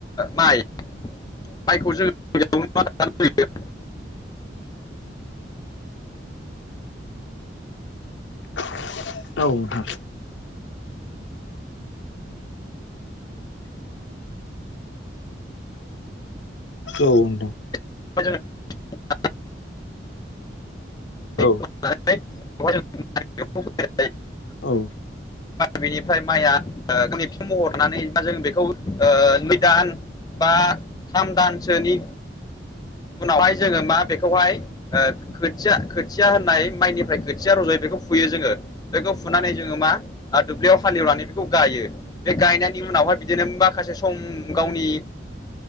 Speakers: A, on the left (about 20°); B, on the left (about 75°).
A: माइ माइखौ जोंनो <unintelligible>
B: औ नोंथां औ नोंथां
A: <unintelligible> जोङो
B: औ
A: <unintelligible>
B: औ
A: बिनिफ्राय माइया गावनि बिफां महर मोननानै मा जों बेखौ नै दान बा थाम दानसोनि उनावहाय जोङो मा बेखौहाय खोथिया खोथिया होननाय माइनिफ्राय खोथिया रज' बेखौ फुयो जोङो बेखौ फुनानै जोङो मा आरो दुब्लियाव हालेवनानै बेखौ गायो बे गायनायनि उनावहाय बिदिनो माखासे सम गावनि